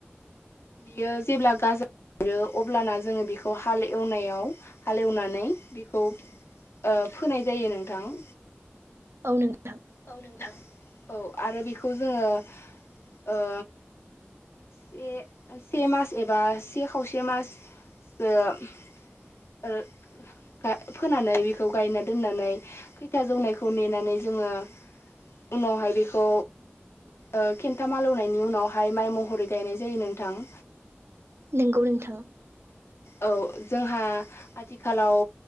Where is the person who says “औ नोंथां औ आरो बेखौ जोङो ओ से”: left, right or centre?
Left